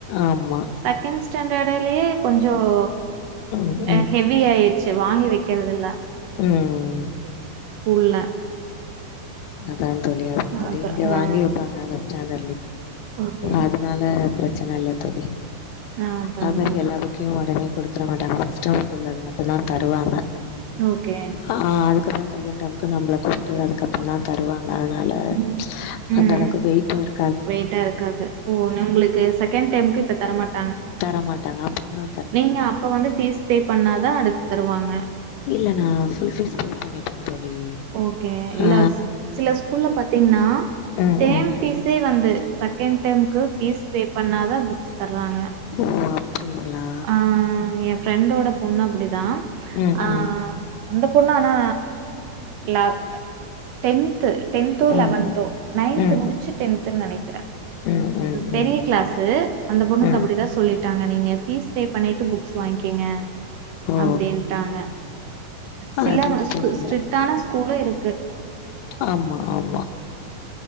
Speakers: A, on the left; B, on the right.
A: ஆமா
B: செகண்ட் ஸ்டாண்டர்டு, யே கொஞ்சம்
A: ம் ம்
B: அ ஹெவி ஆயிருச்சு வாங்கி வைக்கிறது இல்ல
A: ம்ம்ம்
B: உள்ள
A: அதான் சொல்லிய தான் சொி
B: அப்றோ
A: இங்க
B: ஆ
A: வாங்கிவைப்பாங்க ஸ்டாண்ட்
B: ஓகே
A: அதனால பிரச்சனை நல்லத்தோழி
B: ஆ அதா
A: அது
B: அதா
A: மாதிரி எல்லாபுக்கையும் உடனே கொடுத்து தர மாட்டாங்க ஃபஸ்ட் டேர்ம்க்கு உள்ள அது மட்டும் தான் தருவாங்க
B: ஓகே
A: ஆஹ் அதுக்கப்புறம் செகண்ட் டேர்ம் நம்மளை கூப்ட்டு அதுக்கப்புற தான் தருவா அதனால
B: ம் ம்
A: அந்த அளவுக்கு வெயிட்டும் இரு
B: வெயிட்டா இருக்காது ஓ உங்களுக்கு செகண்ட் டேர்ம் இப்ப தரமாட்
A: தரமாட்டாங்க அப்புறந்தா
B: நீங்க அப்ப வந்து ஃபீஸ் பே பண்ணாதா அடுத்து தருவாங்க
A: இல்ல நான் ஃபுல் ஃபீஸ் பே பண்ணிட்டேன் தோழி
B: ஓகே இல்ல
A: ஆ
B: சில ஸ்கூல்ல பாத்தீங்கன்னா
A: ம்
B: டேம்
A: ம்
B: ஃபீஸே வந்து செகன்ட் டேம்க்கு ஃபீஸ் பே பண்ணாதா புக்ஸ் தர்றாங்க
A: ஓ அப்டிங்களா
B: அ என் ஃப்ரெண்டோ த பொண்ணு அப்படிதா
A: ம்
B: ஆ
A: ம்
B: அந்த உன்னு ஆனா இல்லா டென்த்து டென்த்தோ
A: ம் ம்
B: லேவெந்தோ நைந்த் முடிச்சு டென்த்னு நினைக்கிற
A: ம் ம்
B: பெரிய
A: ம்
B: க்ளாசு அந்த பொண்ணுக்கு
A: ம்
B: அப்படிதா சொல்லலிட்டாங்க நீங்க ஃபீஸ் பே பண்ணிட்டு புக்ஸ் வாங்கிக்கங்க
A: ஓ
B: அப்படின்ட்டாங்க சில
A: அது
B: ஸ்கு
A: தெரில
B: ஸ்ட்ரீடான க்கு
A: ஆமா ஆமா